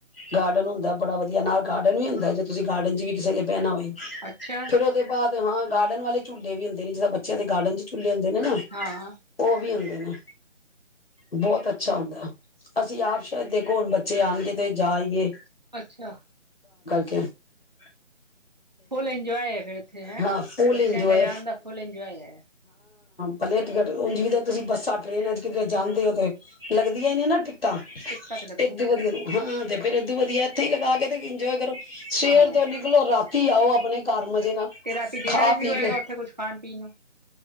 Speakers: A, on the left; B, on the right.
A: ਗਾਰਡਨ ਹੁੰਦਾ ਬੜਾ ਵਧੀਆ, ਨਾਲ ਗਾਰਡਨ ਵੀ ਹੁੰਦਾ ਜੇ ਤੁਸੀਂ ਗਾਰਡਨ ਚ ਵੀ ਕਿਸੇ ਨੇ ਬੈਨਾ ਹੋਏ।
B: ਅੱਛਾ
A: ਫਿਰ ਉਹਦੇ ਬਾਅਦ ਹਾਂ ਗਾਰਡਨ ਵਾਲੇ ਝੂਲੇ ਵੀ ਹੂੰਦੇ ਨੇਂ ਜਿੱਸਰਾ ਬੱਚਿਆਂ ਦੇ ਗਾਰਡਨ ਚ ਝੂਲੇ ਹੁੰਦੇ ਨੇ ਨਾਂ
B: ਹਾਂ, ਹਾਂ
A: ਉਹ ਵੀ ਹੁੰਦੇ ਨਾਂ ਬਹੁਤ ਅੱਛਾ ਅੱਛਾ ਹੁੰਦਾ, ਅਸੀਂ ਆਪ ਸ਼ਾਇਦ ਦੇਖੋ ਹੁਣ ਬੱਚ ਬੱਚੇ ਆਣਗੇ ਤੇ ਜਾਈਏ
B: ਅੱਛਾ
A: ਅ
B: ਫੁਲ ਇੰਜੋਏ ਹੈ ਫੇਿਰ ਉੱਥੇ ਹੈਂ
A: ਹਾਂ ਫੁੱਲ
B: ਬੱਚਿਆਂ
A: ਇੰਜੋਏ
B: ਨੂੰ ਲੈਜਾਣ ਦਾ ਫੁਲ ਇੰਜੋਏ ਹੈ
A: ਪਹਿਲੇ ਟਿਕਟ ਉੱਨਜ ਤੁਸੀਂ ਬੱਸਾਂ ਟ੍ਰਰੇਨਾਂ ਚ ਕਿਧਰੇ ਜਾਂਦੇ ਹੋ ਤੇ ਲੱਗਦੀਆਂ ਹੀ ਨੇ ਨਾ ਤਾਂ
B: ਟਿਕਟਾਂ ਤੇ ਲੱਗਦੀਆਂ
A: ਏਦੋ
B: ਨੇ
A: ਵਧੀਆ ਨੂੰ ਹਾਂ ਤੇ ਫੇਰ ਏਦੋਂ ਵਧੀਆ ਇੱਥੇ ਹੀ ਲਗਾ ਕੇ ਤੇ ਇੰਜੋਏ ਕਰੋ ਸਵੇਰ
B: ਹਾਂ।
A: ਤੇ ਨਿਕਲੋ ਰਾਤੀ ਆਓ ਆਪਣੇ ਘਰ ਮਜ਼ੇ ਨਾਲ
B: ਤੇ ਰਾਤੀ ਡਿਨਰ
A: ਖਾ-
B: ਵਿੱਚ ਵੀ
A: ਪੀ
B: ਹੋਏਗਾ
A: ਕੇ,
B: ਉੱਥੇ ਕੁਛ ਖਾਣ ਪੀਣ ਨੂੰ